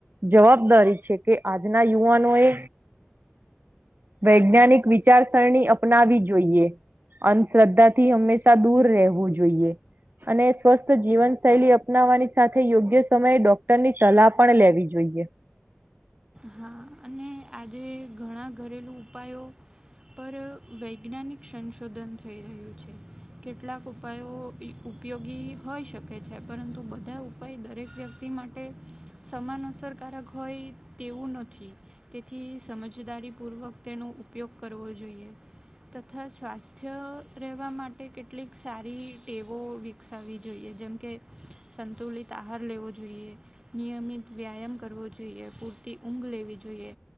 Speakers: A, on the right (about 55°); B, on the right (about 20°).
A: જવાબદારી છે કે આજના યુવા નો એ વૈજ્ઞાનિક વિચારસરણી અપનાવવી જોઈએ. અંધશ્રદ્ધા થી હંમેશા દૂર રહેવું જોઈએ. અને સ્વસ્થ જીવનશૈલી અપનાવવાની સાથે યોગ્ય સમયે ડોક્ટર ની સલાહ પણ લેવી જોઈએ.
B: હા અને આજે ઘણા ઘરેલું ઉપાયો પર વૈજ્ઞાનિક સંશોધન થઈ રહ્યું છે કેટલાક ઉપાયો ઉપયોગી હોય શકે છે પરંતુ બધા ઉપાય દરેક વ્યક્તિ માટે સમાન અસરકારક હોય તેવું નથી તેથી સમજદારી પૂર્વક તેનો ઉપયોગ કરવો જોઈએ. તથા સ્વાસ્થ્ય રહેવા માટે કેટલીક સારી ટેવો વિકસાવી જોઈએ જેમકે સંતુલિત આહાર લેવો જોઈએ. નિયમિત વ્યાયામ કરવો જોઈએ પૂરતી ઊંઘ લેવી જોઈએ.